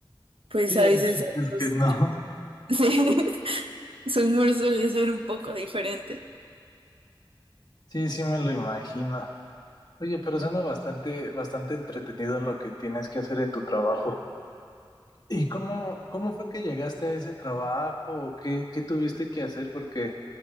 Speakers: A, on the right; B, on the left.
A: pues
B: sí,
A: a
B: hay
A: veces
B: chistes
A: a otros
B: que no.
A: le-
B: <laughs>
A: <laughs> sí, su humor suele ser un poco diferente.
B: Sí, sí me lo imagino. Oye, pero suena bastante, bastante entretenido lo que tienes que hacer en tu trabajo. ¿Y cómo, cómo fue que llegaste a ese trabajo? ¿O qué, qué tuviste que hacer? Porque